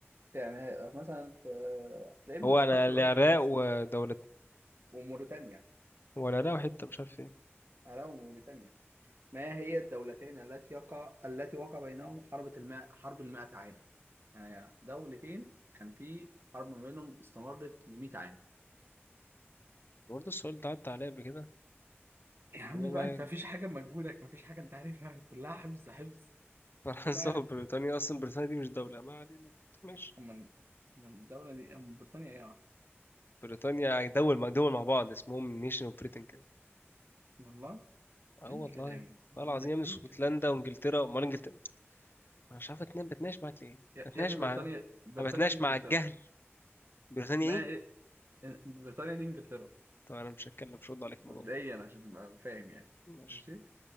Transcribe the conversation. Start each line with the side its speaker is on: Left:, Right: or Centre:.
Right: يعني هي- مثلا في هتلاقيه بالخط
Left: هو أنا العراق
Right: بقى مميز
Left: ودولة
Right: وموريتانيا
Left: هو العراق وحتة مش عارف فين
Right: علاوة موريتانيا ما هي الدولتين التي يقع التي وقع بينهم حرب الماء حرب المائة عام يعني دولتين كان في حرب ما بينهم استمرت لمئة عام
Left: برضه السؤال ده عدى عليا قبل كده
Right: يا عم
Left: اللي هو
Right: بقى
Left: بقى
Right: انت مفيش حاجة مجهودك مفيش حاجة انت عارفها كلها حفظ حفظ
Left: فرنسا
Right: كله عارف
Left: وبريطانيا أصلا بريطانيا دي مش دولة ما علينا ماشي
Right: من من الدولة دي من بريطانيا ايه يا عم
Left: بريطانيا يعني دول مع دول مع بعض اسمهم نيشن اوف بريتن كده
Right: والله
Left: اه
Right: اي
Left: والله
Right: كلام انت ما
Left: والله
Right: عندك
Left: العظيم يا ابني اسكتلندا
Right: اي كلام
Left: وانجلترا امال انجلترا انا مش عارف اتنين بتناقش معاك ليه
Right: يا
Left: بتناقش
Right: يا ابني بريطانيا
Left: مع
Right: بريطانيا
Left: انا بتناقش
Right: دي انجلترا
Left: مع الجهل بريطانيا
Right: ما
Left: ايه
Right: إيه؟ بريطانيا دي انجلترا
Left: طب انا مش هتكلم مش هرد عليك في
Right: مبدئيا
Left: الموضوع
Right: عشان تبقى فاهم يعني
Left: ده ماشي
Right: ماشي